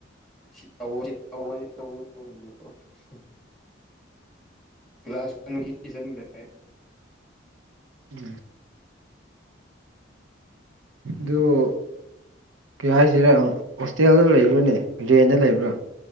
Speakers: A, in the centre; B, on the right.
A: ꯁꯤ ꯇꯧꯋ‌ꯣ <unintelligible> ꯁꯤ ꯇꯧꯋ‌ꯣ <inaudible> ꯀ꯭ꯂꯥꯁ ꯋꯥꯟꯒꯤ <inaudible>
B: ꯎꯝ ꯗꯨ ꯀꯩ ꯍꯥꯏꯁꯤꯔ ꯍꯣꯁꯇꯦꯜꯗ ꯂꯩꯕ꯭ꯔꯥꯅꯦ ꯔꯦꯟꯗ ꯂꯩꯕ꯭ꯔꯥ